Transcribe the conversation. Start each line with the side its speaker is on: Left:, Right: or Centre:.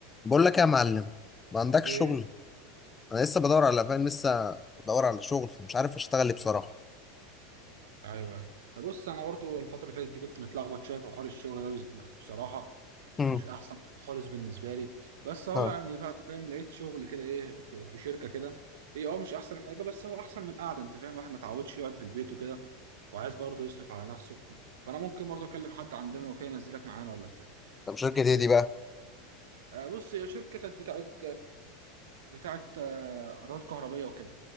Left: بقول لك يا معلم ما عندكش
Right: ايه
Left: شغل انا لسه بدور على فاهم لسه بدور على شغل مش عارف اشتغل ايه بصراحه
Right: ايوه ايوه بص انا برضو الفتره اللي فاتت دي كنت متلخبط شويه في حوار الشغل ده بس- بصراحه
Left: امم
Right: ومش احسن خالص بالنسبه لي بس هو
Left: ها
Right: يعني فا- فاهم لقيت شغل كده ايه في, في شركه كده هي اه مش احسن حاجه بس هو احسن من قاعده انت فاهم واحد ما اتعودش يقعد في البيت وكده وعايز برضه يصرف على نفسه فانا ممكن برضه اكلم حد عندنا لو كان ينزلك معانا ولا بتاع
Left: طب شركه ايه دي بقى
Right: آه، بص هي شركه كانت بتاعت بتاعت آه، ادوات كهربيه وكده